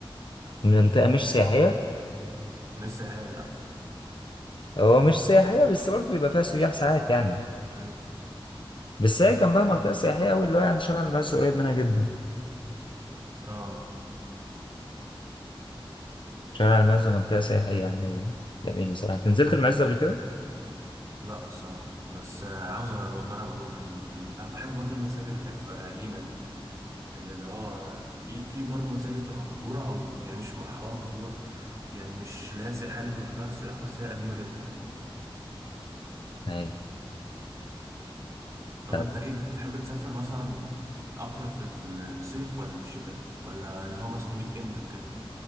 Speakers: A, on the left (about 60°); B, on the right (about 35°).
A: منطقة مش سياحية
B: مش سياحية لا
A: هو مش سياحية بس برضه بيبقى فيها سياح ساعات يعني
B: مم.
A: بس هي جنبها منطقة سياحية أوي اللي هو يعني شارع المعز قريب منها جدا
B: اه
A: شارع المعز منطقة سياحية يعني وجميل بصراحة أنت نزلت المعز قبل كده؟
B: لا الصراحة بس آه عاوز أرو- اجرب اروح يعني وال- انا بحب برضو المساجد اللي هي بتبقى قديمة دي يعني اللي هو في في برضو مساجد بتبقى مهجورة او يعني مش محور مهجورة يعني مش لا سياحية اللي بيروح لها السياح بس هي قديمة جدا
A: أيوة
B: طب
A: طب
B: انت ايه بتحب تسافر مثلا اكتر في الصيف ولا في الشتاء ولا اللي هو مثلا ويك اند وكده